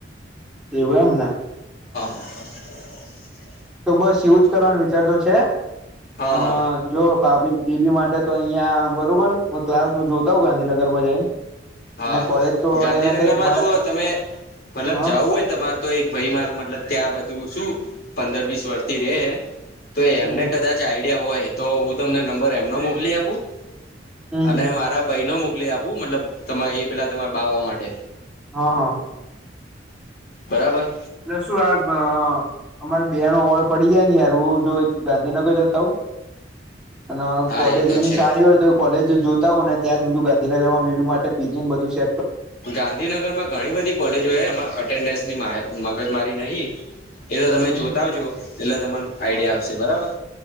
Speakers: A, in the centre; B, on the left (about 55°).
A: એવું એમને.
B: <inaudible>
A: તો બસ એવું જ કરવાનું વિચારતો છે
B: હા
A: અને જો ભાભી બીબી માટે તો અહિયાં બરોબર ક્લાસ હું જોતા હોઉ ગાંધીનગરમાં જઈને
B: હા
A: અને કોલેજ તો
B: ગાંધીનગરમાં
A: એને કઈક મળે
B: જુઓ તમે મતલબ
A: હા
B: જાવું હોયને તમારે તો એક ભાઈ માર મતલબ ત્યાં બધું શું પંદર વીસ વર્ષથી રે હે. તો
A: હમ
B: એમને કદાચ આઈડિયા હોય તો હું તમને નંબર એમનો મોકલી આપું.
A: હમ
B: અને મારા ભાઈ ન મોકલી આપું મતલબ તમા એ પેલા તમારા બાબા માટે
A: હા હા.
B: બરાબર.
A: એટલે શું આ અમારે બિહારમાં ઓડ પડી જાય ને યાર હું જો ગાંધીનગર જતા હો અને
B: હા
A: કોલેજ
B: એ તો
A: એની
B: છે
A: સારી હોય તો કોલેજ જો ત્યાં જ બજું ગાંધીનગરમાં વી માટે પીન બધું સે
B: ગાંધીનગરમાં ઘણી બધી કોલેજો એમાં અટેન્ડન્સની મગજ મારી નહી. એ તો તમે
A: હમ
B: જોતા
A: હમ.
B: આવજો એટલે તર આઈડિયા આવશે બરાબર.